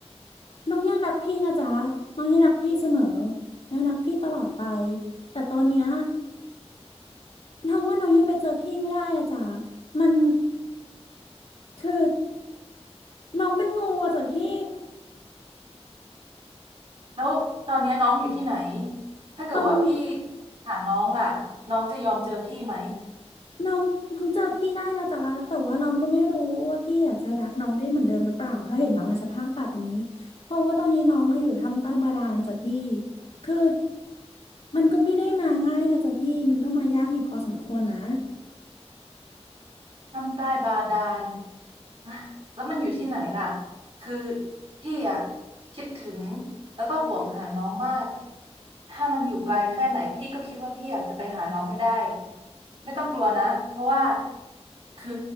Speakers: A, on the left; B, on the right.
A: น้องยังรักพี่นะจ๊ะน้องยังรักพี่เสมอน้องรักพี่ตลอดไปแต่ตอนเนี้ยน้องว่าน้องยังไปเจอพี่ไม่ได้อะจ๊ะมันคือน้องเป็นงูอะจ๊ะพี่
B: แล้วตอนเนี้ยน้องอยู่ที่ไหนถ้าเกิดว่าพี่
A: ตอนนี้
B: หาน้องล่ะ น้องจะยอมเจอพี่ไหม
A: น้องน้องเจอพี่ได้นะจ๊ะแต่ว่าน้องก็ไม่รู้ว่าพี่อาจจะรักน้องได้เหมือนเดิมหรือเปล่าถ้าเห็นน้องในสภาพแบบนี้เพราะว่าตอนนี้น้องก็อยู่ทำใต้บาดาลจ้ะพี่คือมันก็ไม่ได้มาง่ายนะจ๊ะพี่มันก็มายากอยู่พอสมควรนะ
B: ถ้ำใต้บาดาล <laughs> อ่ะแล้วมันอยู่ที่ไหนล่ะคือพี่อ่ะคิดถึงแล้วก็ห่วงหาน้องมาก ถ้ามันอยู่ไกลแค่ไหนพี่ก็คิดว่าพี่อยากจะไปหาน้องให้ได้ ไม่ต้องกลัวนะ เพราะว่าคือ